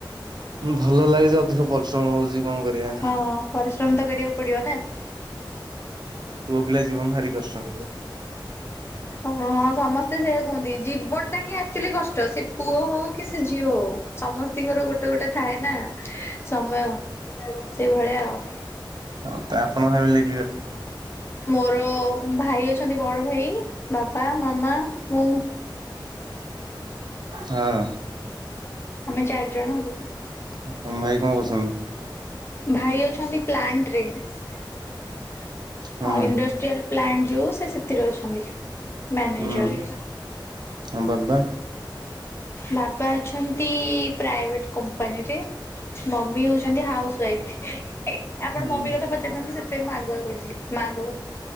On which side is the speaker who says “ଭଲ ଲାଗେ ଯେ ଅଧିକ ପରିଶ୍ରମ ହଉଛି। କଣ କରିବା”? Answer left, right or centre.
Right